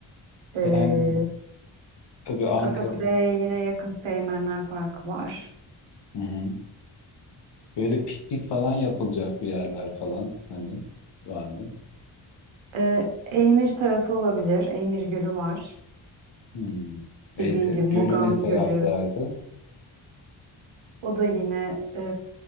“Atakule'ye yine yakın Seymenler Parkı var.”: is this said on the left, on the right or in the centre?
Right